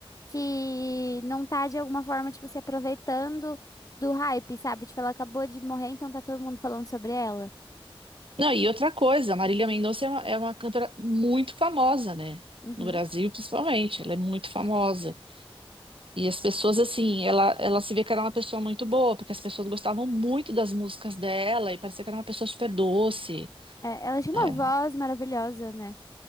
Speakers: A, on the left (about 35°); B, on the right (about 65°).
A: que não tá, de alguma forma, tipo, se aproveitando do hype, sabe? Tipo, ela acabou de morrer, então tá todo mundo falando sobre ela.
B: Não, e outra coisa, a Marília Mendonça é uma, é uma cantora muito famosa, né?
A: Uhum.
B: No Brasil, principalmente, ela é muito famosa. E as pessoas, assim, ela, ela se vê que era uma pessoa muito boa, porque as pessoas gostavam muito das músicas dela e parecia que era uma pessoa super doce.
A: É, ela tinha uma
B: É,
A: voz maravilhosa, né?